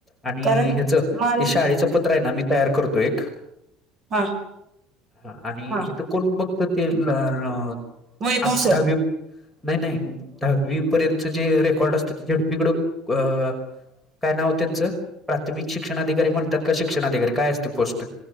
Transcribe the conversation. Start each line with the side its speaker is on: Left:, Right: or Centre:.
Centre: आणि
Right: कारण
Centre: ह्याचं
Right: माल
Centre: ते शाळेचं पत्र आहे ना मी तयार करतो एक
Right: हा
Centre: ह आणि
Right: हा
Centre: इथ कोण बघत ते दहावी
Right: वैभव सर
Centre: नाही नाही दहावी पर्यंत जे रेकॉर्ड असतं ते झडपकड अ काय नाव त्यांचं प्राथमिक शिक्षणा अधिकारी म्हणतात का शिक्षणाधिकारी काय असते पोस्ट